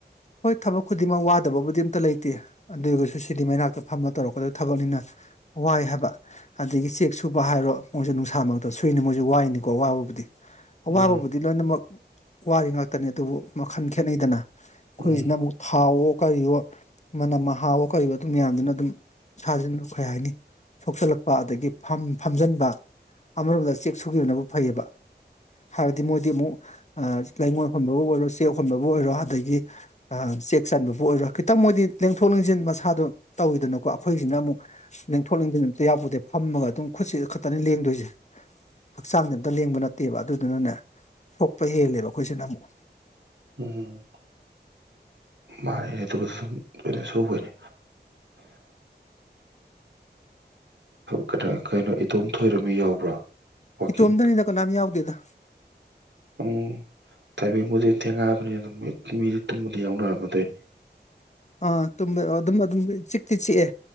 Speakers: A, on the left; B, on the right.
A: ꯍꯣꯏ ꯊꯕꯛ ꯈꯨꯗꯤꯡꯃꯛ ꯋꯥꯗꯕꯕꯨꯗꯤ ꯑꯝꯇ ꯂꯩ ꯇꯦ ꯑꯗꯨꯒꯁꯨ ꯁꯤꯗꯤ ꯃꯅꯥꯛꯇ ꯐꯝꯃ ꯇꯧꯔꯛꯄꯗ ꯊꯕꯛꯅꯤꯅ ꯋꯥꯏ ꯍꯥꯏꯕ ꯑꯗꯒꯤ ꯆꯦꯛ ꯁꯨꯕ ꯍꯥꯏꯔꯣ ꯃꯣꯏꯁꯦ ꯅꯨꯡꯁꯥꯃꯔꯛꯇ ꯁꯨꯏꯅꯤ ꯃꯣꯏꯁꯨ ꯋꯥꯏꯅꯤꯀꯣ ꯋꯥꯕꯕꯨꯗꯤ ꯑꯋꯥꯕꯕꯨꯗꯤ
B: ꯎꯝ
A: ꯂꯣꯏꯅꯃꯛ ꯋꯥꯔꯤ ꯉꯥꯛꯇꯅꯤ ꯑꯗꯨꯕꯨ ꯃꯈꯜ ꯈꯦꯠꯅꯩꯗꯅ ꯑꯩꯈꯣꯏꯁꯤꯅ
B: ꯎꯝ
A: ꯑꯃꯨꯛ ꯍꯥꯎꯋꯣ ꯀꯔꯤꯋꯣ ꯃꯅꯝ ꯃꯍꯥꯎꯋꯣ ꯀꯔꯤꯋꯤ ꯑꯗꯨꯝ ꯃꯌꯥꯝꯗꯨꯅ ꯑꯗꯨꯝ ꯏꯁꯖꯦ ꯀꯔꯤ ꯍꯥꯏꯅꯤ ꯁꯣꯛꯆꯜꯂꯛꯄ ꯑꯗꯒꯤ ꯐꯝ ꯐꯝꯖꯤꯟꯕ ꯑꯃꯔꯣꯝꯗ ꯆꯦꯛ ꯁꯨꯈꯤꯕꯅꯕ ꯐꯩꯌꯦꯕ ꯍꯥꯏꯕꯗꯤ ꯃꯣꯏꯗꯤ ꯑꯃꯨꯛ ꯂꯩꯉꯣꯟ ꯍꯣꯟꯕꯕꯨ ꯑꯣꯏꯔꯣ ꯆꯦꯛ ꯍꯣꯟꯕꯕꯨ ꯑꯣꯏꯔꯣ ꯑꯗꯒꯤ ꯆꯦꯛ ꯆꯟꯕꯕꯨ ꯑꯣꯏꯔꯣ ꯈꯤꯇꯪ ꯃꯣꯏꯗꯤ ꯂꯦꯡꯊꯣꯛ ꯂꯦꯡꯁꯤꯟ ꯃꯁꯥꯗꯣ ꯇꯧꯋꯤꯗꯅꯀꯣ ꯑꯩꯈꯣꯏꯁꯤꯅ ꯑꯃꯨꯛ ꯂꯦꯡꯊꯣꯛꯅꯤꯡꯊ ꯑꯝꯇ ꯌꯥꯎꯄꯗꯦ ꯐꯝꯃꯒ ꯑꯗꯨꯝ ꯈꯨꯠꯁꯤ ꯈꯛꯇꯅ ꯂꯦꯡꯗꯣꯏꯁꯦ ꯍꯛꯆꯥꯡꯁꯦ ꯑꯝꯇ ꯂꯦꯡꯕ ꯅꯠꯇꯦꯕ ꯑꯗꯨꯗꯨꯅꯅꯦ ꯁꯣꯛꯄ ꯍꯦꯜꯂꯦꯕ ꯑꯩꯈꯣꯏꯁꯤꯅ ꯑꯃꯨꯛ
B: ꯎꯝ ꯃꯥꯜꯂꯤꯅꯦ ꯑꯗꯨꯕꯨꯁꯨ ꯁꯨꯝ ꯂꯣꯏꯅ ꯁꯨꯕꯅꯤ ꯀꯅꯥ ꯀꯩꯅꯣ ꯏꯇꯣꯝ ꯊꯣꯏꯔꯝꯃꯤ ꯌꯥꯎꯕ꯭ꯔꯥ ꯋꯥꯛꯀꯤꯡ
A: ꯏꯇꯣꯝꯗꯅꯤꯗ ꯀꯅꯥꯝ ꯌꯥꯎꯗꯦꯗ
B: ꯎꯝ ꯇꯥꯏꯕꯪꯕꯨꯗꯤ ꯊꯦꯡꯉꯕꯅꯤ ꯑꯗꯨꯝ ꯃꯤꯗꯤ ꯇꯨꯝꯕꯗꯤ ꯌꯥꯎꯅꯔꯝꯃꯗꯣꯏꯅꯤ
A: ꯑꯥ ꯑꯗꯨꯝ ꯑꯗꯨꯝ ꯆꯤꯛꯇꯤ ꯆꯤꯛꯑꯦ